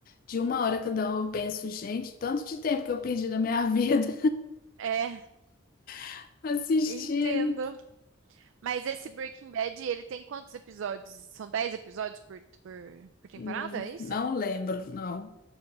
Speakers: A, on the left; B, on the right.
A: de uma hora cada um. Eu penso, gente, tanto de tempo que eu perdi na minha vida
B: É,
A: <laughs> assistindo.
B: entendo. Mas esse Breaking Bad, ele tem quantos episódios? São 10 episódios por, por, por temporada,
A: Hum,
B: é isso?
A: Não lembro, não.